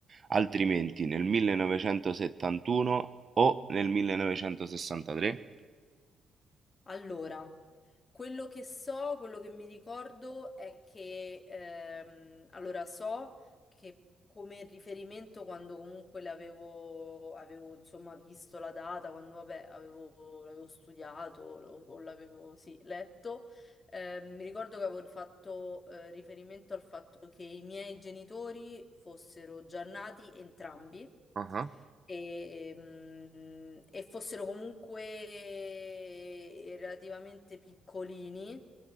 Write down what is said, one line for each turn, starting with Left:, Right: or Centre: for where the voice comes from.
Right: altrimenti nel 1971 o nel 1963?
Left: Allora. Quello che so, quello che mi ricordo è che, ehm, allora so che come riferimento quando comunque l'avevo, avevo insomma visto la data, quando vabbè avevo, l'avevo studiato o, o l'avevo sì, letto, eh, mi ricordo che avevo fatto eh, riferimento al fatto che i miei genitori fossero già nati entrambi
Right: Ah,
Left: e, mm, e fossero comunque eh, relativamente piccolini,